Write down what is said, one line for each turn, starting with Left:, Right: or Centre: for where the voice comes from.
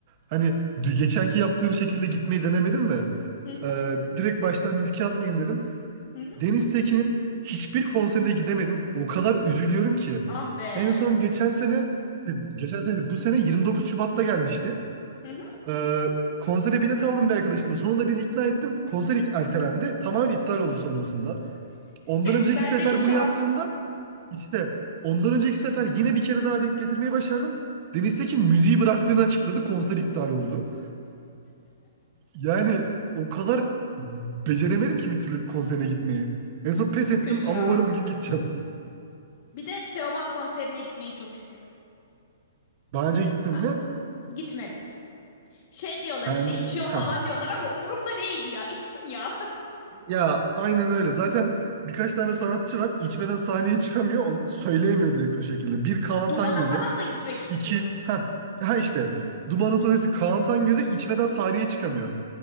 Right: Hani dü- geçenki yaptığım şekilde gitmeyi denemedim de.
Left: Hı hı,
Right: e, direkt baştan riske atmayayım dedim.
Left: hı hı.
Right: Deniz Tekin'in hiçbir konserine gidemedim. O kadar üzülüyorum ki.
Left: Ah be.
Right: En son geçen sene, geçen sene değil, bu sene 29 Şubat'ta gelmişti.
Left: Hı hı.
Right: E, konsere bilet aldım bir arkadaşımla. Sonunda beni ikna ettim. Konser ertelendi. Tamamen iptal oldu sonrasında. Ondan önceki
Left: Bendeki
Right: sefer
Left: şans.
Right: bunu yaptığımda işte ondan önceki sefer yine bir kere daha denk getirmeyi başardım. Deniz Tekin müziği bıraktığını açıkladı. Konser iptal oldu. Yani o kadar beceremedim ki bir türlü konserine gitmeyi. En son pes
Left: Çok
Right: ettim
Left: kötü
Right: ama
Left: ya.
Right: umarım bugün gideceğim.
Left: Bir de Teoman konserine gitmeyi çok isterim.
Right: Daha önce gittim
Left: Ha,
Right: mi?
Left: gitmedim. Şey diyorlar
Right: Ben...
Left: işte içiyor
Right: Heh.
Left: falan diyorlar ama umurumda değil ya. İçsin ya.
Right: Ya aynen öyle. Zaten birkaç tane sanatçı var. İçmeden sahneye çıkamıyor. Onu söyleyemiyor direkt o şekilde. Bir Kaan
Left: <laughs> Dumana
Right: Tangöze.
Left: falan da gitmek istiyorum.
Right: iki... Heh. Ha işte. Duman'ın solisti Kaan Tangöze içmeden sahneye çıkamıyor.